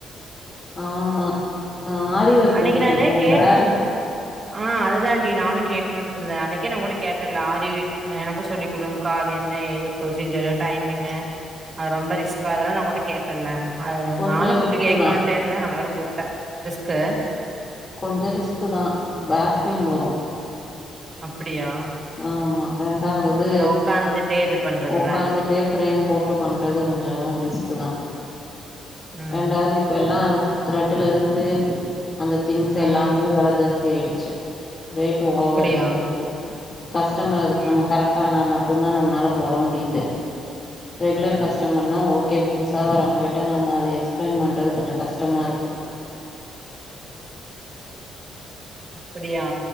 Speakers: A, on the left (about 40°); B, on the right (about 35°).
A: ஆமா நா ஆரி ஒர்க்
B: அன்னிக்கு
A: பண்ணிட்டு
B: நானு
A: இருக்கேன்ல
B: கேட்டிருந் ஆ அதுதான்டி நானு கேட்குனுன்ட்ருந்த அன்னிக்கே நா ஒங்கிட்ட கேட்டல்ல ஆரிக் எனக்கு சொல்லி குடுங்கா அது என்ன ஏது ப்ரொசீஜரு டைமிங்கு அது ரொம்ப ரிஸ்கா அதெல்லா நா ஓங்கிட்ட கேட்டல்ல அது
A: கொஞ்சோ
B: நானு கூப்புட்டு
A: ரிஸ்க்கு
B: கேட்கணுட்டே
A: தா
B: இருந்தே நல்லவேல கூப்ட்ட க்க
A: கொஞ்ச ரிஸ்க்குதா பேக் பெயின் வரு
B: அப்பிடியா
A: ஆமா ரெண்டாவது
B: ஒக்காந்துட்டே இது பண்றதுல
A: உக்காந்துட்டே பிரேம் போட்டு பண்றது கொஞ்சோ ரிஸ்க்கு தா
B: ம்
A: ரெண்டாவது இப்பெல்லா அத திரெட்டுல இருந்து அந்த திங்ஸ்
B: ம்
A: எல்லாமே வெல ஜாஸ்தி ஆயிடுச்சு ரேட் ஓவரு
B: அப்டியா
A: ஆயிருச்சு கஸ்டமர் அதுக்கு
B: ம்
A: நம்ம கரக்டனா மட் மட்டுந்தான் நம்மளால போட முடியிது ரெகுலர் கஸ்டமர்னா ஓகே புதுசா வர்றவங்கட்ட நம்ம அத எக்ஸ்பிளைன் பண்றது கொஞ்ச கஷ்டமாருக்கு
B: அப்டியா